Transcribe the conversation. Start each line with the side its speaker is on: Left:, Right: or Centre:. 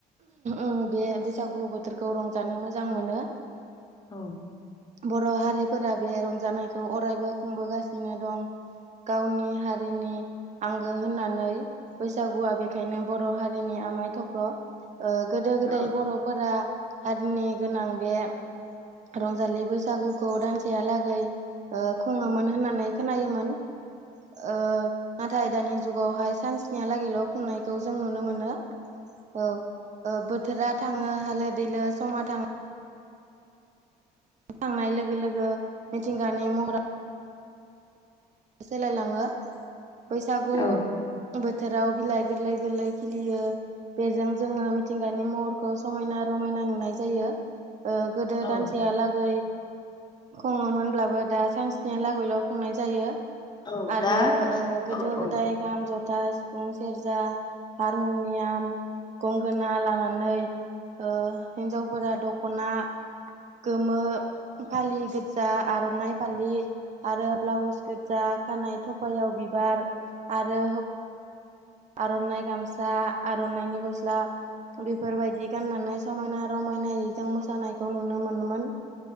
Right: उम बे बैसागु बोथोरखौ रंजानो मोजां मोनो।
Left: औ।
Right: बर' हारिफोरा बे रंजानायखौ अरायबो खुंबोगासिनो दं। गावनि हारिनि आंगो होननानै बैसागुआ बेखायनो बर' हारिनि आमाय थख्ल'। गोदो-गोदाय
Left: औ
Right: बर'फोरा हारिनि गोनां बे रंजालि बैसागुखौ दानसेहालागै। ओ खुङोमोन होननानै खोनायोमोन ओ नाथाय दानि जुगावहाय सान्सनियालागैल' खुंनायखौ जों नुनो मोनो औ। ओ बोथोरा थाङो हालो दैलो समा थाङो थांनाय लोगो लोगो मिथिंगानि महरा सोलायलाङो बैसागु
Left: औ
Right: बोथोराव बिलाइ गोरलै गोरलै खिलियो। बेजों जोङो मिथिंगानि महरखौ समायना रमायना नुनाय जायो ओ गोदो
Left: औ
Right: दानसेयालागै। खङोमोनब्लाबो दा सानसेनिया लागैल' खुंनाय जायो।
Left: औ
Right: आरो
Left: दा
Right: गोदो-गोदाय
Left: औ औ
Right: ओं खाम जथा सिफुं सेरजा हारमुनियाम गंगोना लानानै ओ हिन्जावफोरा दख'ना। गोमो फालि गोजा आर'नाइ फालि आरो ब्लाउस। गोजा खानाय थफायाव बिबार आरो आर'नाइ गामसा आर'नाइनि गस्ला बेफोरबायदि गाननानै समायना आरो। रमायनायजों मोसानायखौ नुनो मोनोन